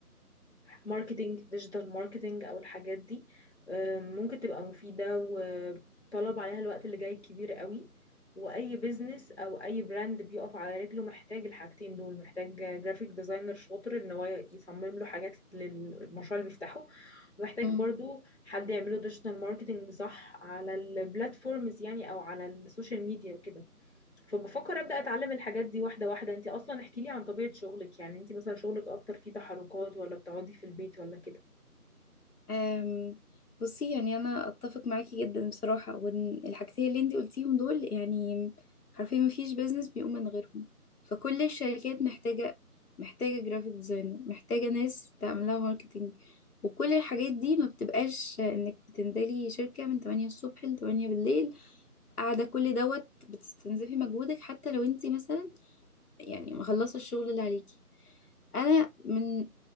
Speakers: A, on the left; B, on the left.
A: ماركتينج ديجيتال ماركتينج او الحاجات دي آم، ممكن تبقى مفيدة وطلب عليها الوقت اللي جاي كبير قوي واي بيزنس او اي براند بيقف على رجله محتاج الحاجتين دول محتاج جرافيك ديزاينر شاطر ان هو يصمم له حاجات للمشروع اللي بيفتحه محتاج
B: مم.
A: برضو حد يعمله ديجيتال ماركتنج صح على البلاتفورمز يعني او على السوشيال ميديا وكده فبفكر ابدا اتعلم الحاجات دي واحده واحده انت اصلا احكي لي عن طبيعه شغلك يعني انت مثلا شغلك اكتر فيه تحركات ولا بتقعدي في البيت ولا كده
B: أم، بصي يعني انا اتفق معاكي جدا بصراحه وان الحاجتين اللي انت قلتيهم دول يعني حرفيا ما فيش بيزنس بيقوم من غيرهم فكل الشركات محتاجه محتاجه جرافيك ديزاينر محتاجه ناس تعمل لها ماركتينج وكل الحاجات دي ما بتبقاش انك بتنزلي شركه من 8 الصبح ل 8 بالليل قاعده كل دوت بتستنزفي مجهودك حتى لو انت مثلا يعني مخلصه الشغل اللي عليكي انا من